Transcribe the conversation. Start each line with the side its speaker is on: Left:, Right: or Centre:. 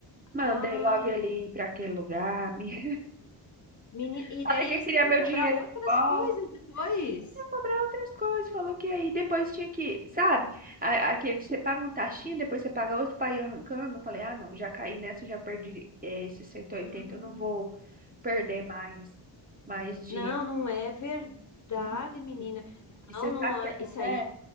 Right: Mandei
Left: Ah,
Right: logo ele ir para aquele lugar. Me...
Left: menina,
Right: <laughs>
Left: e
Right: Falei
Left: daí
Right: que
Left: eles
Right: eu queria
Left: queriam
Right: meu
Left: cobrar
Right: dinheiro
Left: outras
Right: de volta.
Left: coisas depois.
Right: Ia cobrar outras coisas. Falou que aí depois tinha que, sabe? A- Aquele que você paga um taxinho, depois você paga outro para ir arrancando. Eu falei, ah, não, já caí nessa, já perdi eh, esses 180,
Left: Ah,
Right: eu não vou perder mais, mais dinheiro.
Left: Não, não é verdade,
Right: Hum.
Left: menina.
Right: E você
Left: Não,
Right: sabe
Left: não,
Right: o que
Left: é-
Right: acontece?
Left: isso aí,